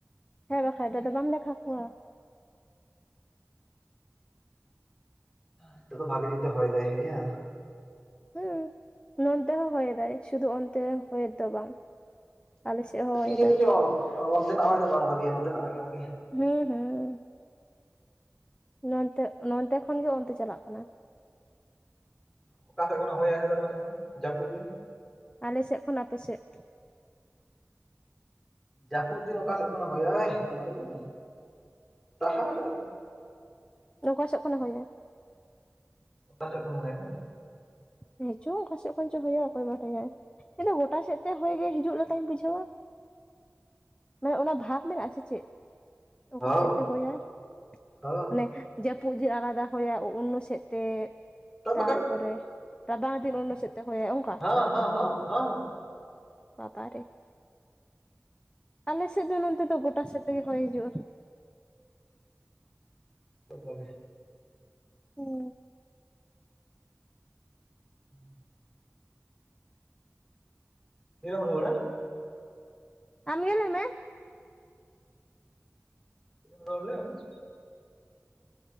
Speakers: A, on the left; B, in the centre.
A: ᱦᱮᱸ ᱵᱟᱠᱷᱟᱡ ᱫᱚ ᱟᱫᱚ ᱵᱟᱢ ᱞᱮᱠᱷᱟ ᱠᱚᱣᱟ
B: ᱦᱤᱛᱩᱜ ᱫᱚ ᱵᱷᱟᱜᱮ ᱡᱩᱛᱮ ᱦᱚᱭ ᱫᱟᱭ ᱦᱮᱭᱟ᱾
A: ᱦᱩᱸ ᱱᱚᱱᱛᱮ ᱦᱚ ᱦᱚᱭ ᱮᱫᱟᱭ ᱥᱩᱫᱷᱩ ᱚᱱᱛᱮ ᱦᱚᱭ ᱫᱚ ᱵᱟᱝ, ᱟᱞᱮ ᱥᱮᱫ ᱦᱚᱸ
B: ᱠᱤ
A: ᱦᱚᱭᱮᱫᱟᱭ
B: ᱡᱟᱹᱱᱤ ᱪᱚᱝ ᱚᱱᱛᱮᱱᱟᱜ ᱦᱚᱭ ᱫᱚ ᱵᱟᱝ ᱵᱷᱟᱜᱤᱭ-ᱟ ᱱᱚᱛᱮᱱᱟᱜ ᱦᱚᱭ ᱜᱮ ᱵᱷᱟᱜᱤᱭᱟ᱾
A: ᱦᱩᱸ ᱦᱩᱸ᱾ ᱱᱚᱱᱛᱮ ᱱᱚᱱᱛᱮ ᱠᱷᱚᱱ ᱜᱮ ᱚᱱᱛᱮ ᱪᱟᱞᱟᱜ ᱠᱟᱱᱟ᱾
B: ᱚᱠᱟ ᱥᱮᱫ ᱠᱷᱚᱱᱮ ᱦᱚᱭᱟᱭ ᱱᱮᱛᱟᱨ ᱢᱟᱥᱮ ᱞᱟᱹᱭ ᱢᱮ ᱡᱟᱹᱯᱩᱫ ᱫᱤᱱ?
A: ᱟᱞ ᱥᱮᱜ ᱠᱷᱚᱱ ᱟᱯᱮ ᱥᱮᱜ᱾
B: ᱡᱟᱹᱯᱩᱫ ᱫᱤᱱ ᱚᱠᱟ ᱥᱮᱫ ᱠᱷᱚᱱᱮ ᱦᱚᱭᱟᱭ ᱚᱱᱟ ᱫᱚ ᱞᱟᱹᱭ ᱜᱮ ᱛᱟᱦᱟᱞᱮ
A: ᱱᱚᱝᱠᱟ ᱥᱮᱫ ᱠᱷᱚᱱᱮ ᱦᱚᱭᱟᱭ᱾
B: ᱚᱠᱟ ᱥᱮᱫ ᱠᱷᱟᱱᱮ ᱦᱚᱭᱟ ᱦᱮᱸ,
A: ᱦᱮᱸ ᱪᱚᱝ ᱚᱠᱟ ᱥᱮᱜ ᱠᱷᱚᱱ ᱪᱚᱭ ᱦᱚᱭᱟ ᱚᱠᱚᱭ ᱵᱟᱰᱟᱭᱟ᱾ ᱤᱧ ᱫᱚ ᱜᱚᱴᱟ ᱥᱮᱫ ᱛᱮ ᱦᱚᱭ ᱜᱮ ᱦᱤᱡᱩᱜ ᱞᱮᱠᱟᱧ ᱵᱩᱡᱷᱟᱹᱣᱟ, ᱢᱟᱱᱮ ᱚᱱᱟ ᱵᱷᱟᱜᱽ ᱢᱮᱱᱟᱜ-ᱟ ᱥᱮ ᱪᱮᱫ ᱚᱠᱟ
B: ᱦᱚᱸ
A: ᱥᱮᱫ ᱛᱮ ᱦᱚᱭᱟᱭ
B: ᱦᱚᱸ
A: ᱢᱟᱱᱮ ᱡᱟᱹᱯᱩᱫ ᱫᱤᱱ ᱟᱞᱟᱫᱟ ᱦᱚᱭᱟ ᱳᱱᱱᱳ ᱥᱮᱫ ᱛᱮ
B: ᱛᱚ
A: ᱛᱟᱯᱚᱨᱮ
B: ᱵᱟᱠᱷᱟᱱ
A: ᱨᱟᱵᱟᱝ ᱫᱤᱱ ᱳᱱᱱᱳ ᱥᱮᱫ, ᱛᱮ ᱦᱚᱭ ᱟᱭ ᱚᱝᱠᱟ
B: ᱦᱚᱸ ᱦᱚᱸ ᱦᱚᱸ ᱦᱚᱸ
A: ᱵᱟᱵᱟ ᱨᱮ, ᱟᱞᱮ ᱥᱮᱫ ᱫᱚ ᱱᱚᱱᱛᱮ ᱫᱚ ᱜᱚᱴᱟ ᱥᱮᱫ ᱛᱮ ᱜᱮ ᱦᱚᱭ ᱦᱤᱡᱩᱜᱼᱟ᱾
B: ᱠᱷᱩᱵ ᱵᱷᱟᱜᱮ,
A: ᱦᱩᱸ᱾
B: ᱦᱮᱸ, ᱛᱤᱨᱮᱢ ᱨᱩᱣᱟᱹᱲᱟ?
A: ᱟᱢ ᱜᱮ ᱞᱟᱹᱭ ᱢᱮ,
B: <unintelligible> ᱞᱟᱹᱭᱢᱮ?